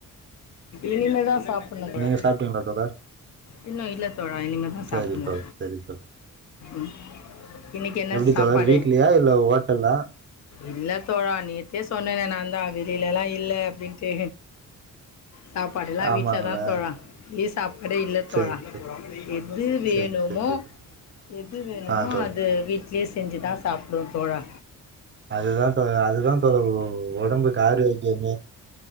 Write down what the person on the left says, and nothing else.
இனிமேதான் சாப்புனோ தோழா
இன்னோ இல்ல தோழா இனிமேதான் சாப்புனோ
ம் இனிக்கு என்ன
சாப்பாடு
இல்ல தோழா நேத் நேத்தே சொன்னன்னே நான்ந்தா வெளிலல்லா இல்ல அப்டின்ட்டு சாப்பாடுல்லா
வீட்ல தா தோழா இங்கயே சாப்டடே இல்ல
தோழா
எது வேணுமோ
எது வேணுமோ
அது வீ ட்லயே செஞ்சு தா சாப்டுவ தோழா